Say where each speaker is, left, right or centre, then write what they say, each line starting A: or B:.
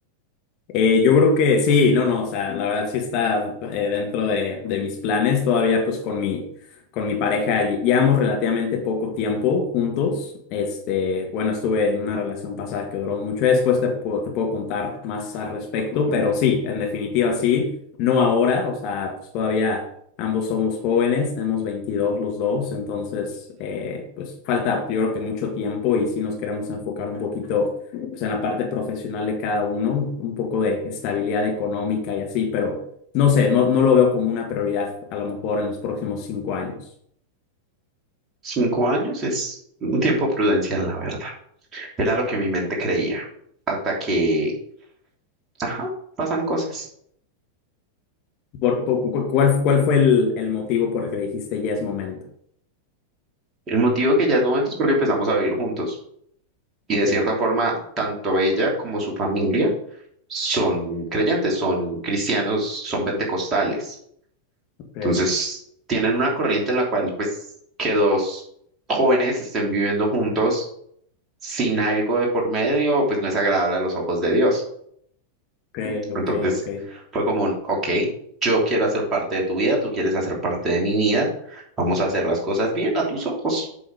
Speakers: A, on the left; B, on the right.
A: Eh, yo creo que sí, no, no, o sea, la verdad sí está eh, dentro de, de mis planes. Todavía pues con mi, con mi pareja lle- llevamos relativamente poco tiempo juntos. Este, bueno, estuve en una relación pasada que duró mucho. Después te, puedo- te puedo contar más al respecto, pero sí, en definitiva sí, no ahora, o sea, pues todavía ambos somos jóvenes, tenemos 22 los dos, entonces eh, pues falta yo creo que mucho tiempo y sí nos queremos enfocar un poquito o sea, en la parte profesional de cada uno, un poco de estabilidad económica y así, pero no sé, no, no lo veo como una prioridad a lo mejor en los próximos cinco años.
B: Cinco años es un tiempo prudencial, la verdad. Era lo que mi mente creía. Hasta que, ajá, pasan cosas.
A: Por- por- cu- cuál, cuál fue el, el motivo por el que dijiste ya es momento?
B: El motivo que ya es momento es porque empezamos a vivir juntos. Y
A: Ok,
B: de cierta forma, tanto ella como su familia son creyentes, son cristianos, son pentecostales.
A: ok,
B: Entonces, tienen una corriente en la cual, pues, que dos jóvenes estén viviendo juntos sin algo de por medio, pues no es agradable a los ojos de Dios.
A: ok,
B: Entonces
A: ok, ok.
B: fue como un, ok, yo quiero hacer parte de tu vida, tú quieres hacer parte de mi vida, vamos a hacer las cosas bien a tus ojos,